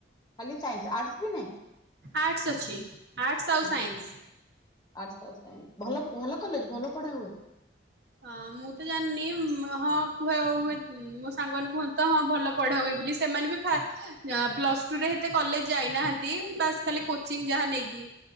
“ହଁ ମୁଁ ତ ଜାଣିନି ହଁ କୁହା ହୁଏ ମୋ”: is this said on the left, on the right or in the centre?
Right